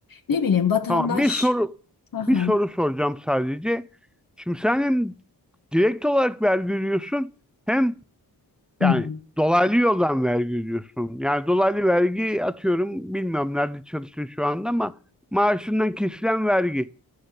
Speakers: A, on the left; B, in the centre.
A: Ne bileyim vatandaş.
B: Tamam bir soru
A: Aha.
B: bir soru soracağım sadece. Şimdi sen hem direkt olarak vergi ödüyorsun hem
A: Hı
B: yani
A: hı.
B: dolaylı yoldan vergi ödüyorsun. Yani dolaylı vergi atıyorum bilmiyorum nerede çalışıyorsun şu anda ama maaşından kesilen vergi